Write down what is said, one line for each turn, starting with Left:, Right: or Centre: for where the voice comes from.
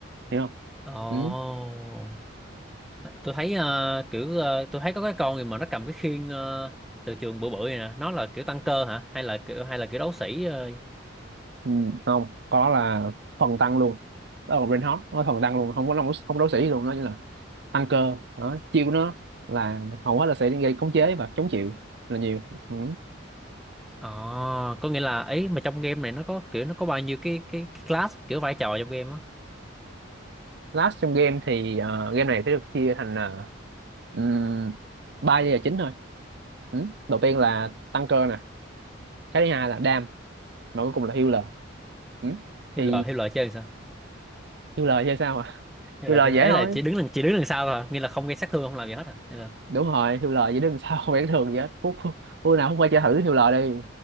Right: hiểu không
Centre: ồ,
Right: ừ.
Centre: tôi thấy ờ, kiểu ờ, tôi thấy có cái con gì mà nó cầm cái khiên ờ, từ trường bự bự này nè nó là kiểu tăng cơ hả hay là kiểu hay là kiểu đấu sĩ ờ,
Right: ừ, không có là thuần tăng luôn đó là Reinhardt nó thuần tăng luôn không có không có đấu sĩ gì luôn đó như là tăng cơ đó chiêu của nó là hầu hết là sẽ gây khống chế và chống chịu là nhiều ừ.
Centre: Ờ, có nghĩa là ấy mà trong game này nó có kiểu nó có bao nhiêu cái cái, cái class kiểu vai trò trong game á.
Right: last trong game thì ờ, game này sẽ được chia thành uh, ba giai đoạn chính thôi ừ. đầu tiên là tăng cơ nè cái thứ hai là đam và cuối cùng là healer ừ.
Centre: Hiêu
Right: thì
Centre: lợi hiêu lợi chơi làm sao?
Right: healer chơi sao à <laughs>
Centre: Hiêu
Right: healer
Centre: lợi chơi
Right: dễ
Centre: ấy
Right: thôi
Centre: là chỉ đứng đằng chỉ đứng đằng sau thôi, à? nghĩa là không gây sát thương không làm gì hết à. Hay là
Right: đúng rồi healer <laughs> dễ đừng sao không phải thường vậy hết. phút phút phút nào không phải chơi thử healer